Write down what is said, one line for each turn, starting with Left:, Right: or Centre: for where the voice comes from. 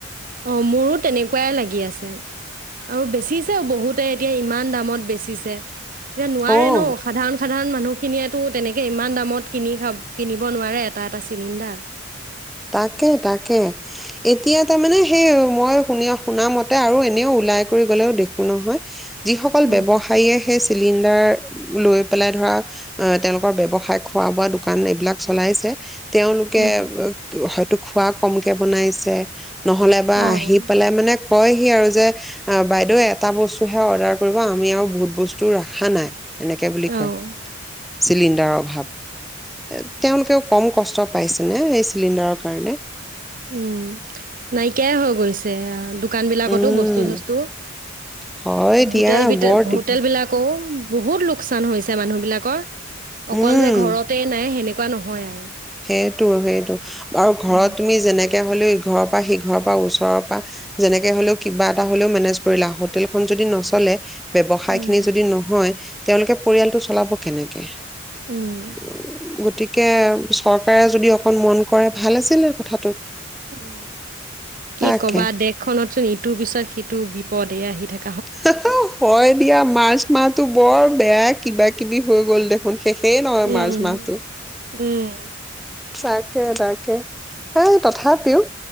Right: অ', মোৰো তেনেকুৱাই লাগি আছে। আৰু বেছিছে বহুতে এতিয়া ইমান দামত বেচিছে। এতিয়া নোৱাৰে
Centre: অ
Right: ন' সাধাৰণ, সাধাৰণ মানুহ মানুহখিনিয়ে তেনেকে ইমান দামত কিনি কিনিব নোৱাৰে এটা এটা চিলিণ্ডাৰ।
Centre: তাকে, তাকে এতিয়া তাৰমানে সেই মই শুন-শুনা মতে আৰু এনেও ওলাই কৰি গ'লেও দেখো নহয়। যিসকল
Right: উম,
Centre: ব্যৱসায়ীয়েহে চিলিণ্ডাৰ লৈ পেলাই ধৰা অহ, তেওঁলোকৰ ব্যৱসায় খোৱা বোৱা দোকান এইবিলাক চলাইছে তেওঁলোকে
Right: উম,
Centre: হয়তো খোৱা কমকে বনাইছে। নহ'লে বা
Right: অ',
Centre: আহি পেলাই মানে কয় সি আৰু যে বাইদেউ এটা বস্তুহে অৰ্ডাৰ কৰিব আমি আৰু বহুত বস্তু ৰখা নাই। এনেকে বুলি
Right: অ',
Centre: কয়। চিলিণ্ডাৰৰ অভাৱ এ তেওঁলোকেও কম কষ্ট পাইছেনে। চিলিণ্ডাৰৰ কাৰণে
Right: উম, নাইকিয়াই হৈ গৈছে দু দোকান বিলাকতো
Centre: উম
Right: বস্তু, চস্তু
Centre: হয় দিয়া
Right: হোটেল বি
Centre: বৰ দিগদ
Right: হোটেল বিলাকও বহুত লোকচান হৈছে মানুহবিলাকৰ। অকল
Centre: উম
Right: যে ঘৰতে নাই সেনেক একোৱা নহয় আৰু।
Centre: সেইটো, সেইটো আৰু ঘৰত
Right: উম।
Centre: তুমি যেনেক তেনেকে হ'লেও ইঘৰৰ পৰা সি ঘৰৰ পৰা ওচৰ পৰা যেনেকে হ'লেও কিবা এটা হ'লেও মেনেজ কৰিলা হোটেল খন যদি নচলে ব্যৱসায়
Right: উম,
Centre: খিনি যদি নহয় তেওঁলোকে পৰিয়ালটো চলাব কেনেকে
Right: উম,
Centre: অ গতিকে চৰকাৰে যদি অকণ মন কৰে ভাল আছিলে কথাটোত
Right: উ
Centre: তাকে
Right: কি কবা দেশখনতচোন ইটোৰ পিছত সেইটো বিপদে আহি থাকে
Centre: হ হাও হয় দিয়া মাৰ্চ মাহাটো বৰ বেয়া কিবা কিবি হৈ গ'ল দেখোন শেষেই নহয়
Right: উম,
Centre: মাৰ্চ মাহটো
Right: উম,
Centre: তাকে তাকে এ তথাপিও